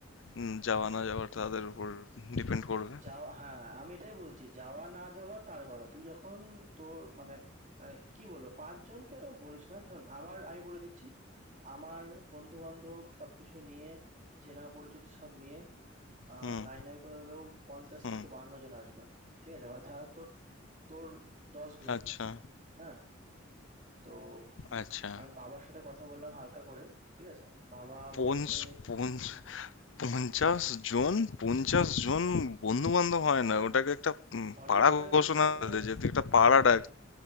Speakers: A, on the left; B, on the right.
A: উম, যাওয়া না যাওয়া তাদের উপর ডিপেন্ড করবে
B: যাওয়া হ্যাঁ আমি এটাই বলছি যাওয়া না যাওয়া তার কথা তুই যখন তোর মানে মানে কি বলবো পাঁচজনকে আরো বলিস না শোন আমার আমি বলে দিচ্ছি আমার বন্ধু বান্ধব সবকিছু নিয়ে চেনা পরিচিত সব নিয়ে আহ
A: হুম
B: নাই নাই করে হলেও পঞ্চাশ
A: হুম
B: থেকে বাহান্ন জন আসবে ঠিক আছে মানে ধর তোর তোর দশ গুণ
A: আচ্ছা
B: হ্যাঁ তো উম,
A: আচ্ছা
B: আমি বাবার সাথে কথা বললাম হালকা করে ঠিক আছে বাবা
A: পঞ্চ
B: বলেছে
A: পঞ্চ পঞ্চাশ জন পঞ্চাশ জন বন্ধু বান্ধব হয়
B: হ্যাঁ
A: না ওটাকে একটা উম,
B: ঘরের
A: পাড়া
B: কোণে
A: ঘোষণা
B: বসে থাকলে
A: দে যে তুই একটা পাড়া ডাক